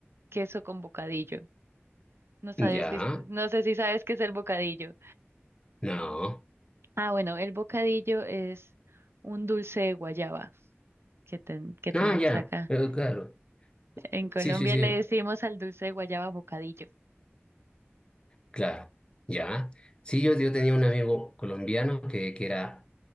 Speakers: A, on the right (about 65°); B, on the left (about 20°).
A: queso con bocadillo. No sabes
B: Ya.
A: si, no sé si sabes qué es el bocadillo.
B: No.
A: Ah, bueno, el bocadillo es un dulce de guayaba que, ten- que tenemos
B: No, ya.
A: acá.
B: Eh, claro.
A: En Colombia
B: Sí, sí, sí.
A: le decimos al dulce de guayaba bocadillo.
B: Claro. Ya. Sí, yo, yo tenía un amigo colombiano que, que era,